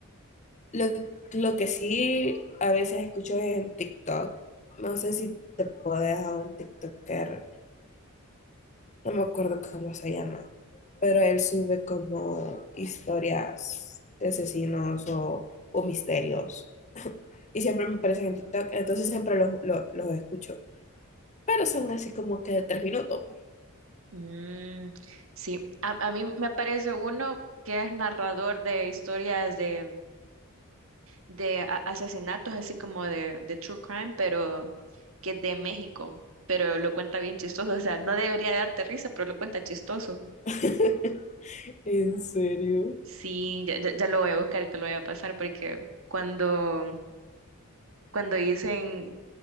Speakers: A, on the left; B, on the right.
A: Lo, lo que sí a veces escucho es en TikTok. No sé si te puedes a un TikToker. No me acuerdo cómo se llama. pero él sube como historias de asesinos o, o misterios. Y siempre me aparecen en TikTok, entonces siempre los, los, los escucho. Pero son así como que de tres minutos.
B: Mm, sí, a, a mí me parece uno que es narrador de historias de, de a- asesinatos, así como de, de true crime, pero que es de México, pero lo cuenta bien chistoso, o sea, no debería darte risa, pero lo cuenta chistoso.
A: <laughs> ¿En serio?
B: Sí, ya, ya- ya lo voy a buscar y te lo voy a pasar porque cuando, cuando dicen